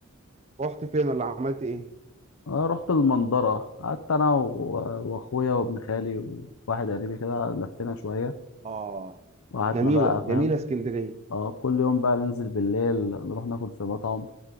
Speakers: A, on the right (about 30°); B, on the left (about 70°).
A: رحت فين ولا عملت ايه
B: انا رحت المنظره قعدت انا و- واخويا وابن خالي وواحد قريبي كده لفينا شويه
A: اه
B: وقعدنا
A: جميله
B: بقى
A: جميله
B: فاهم
A: اسكندريه
B: اه كل يوم بقى ننزل بالليل نروح ناكل في مطعم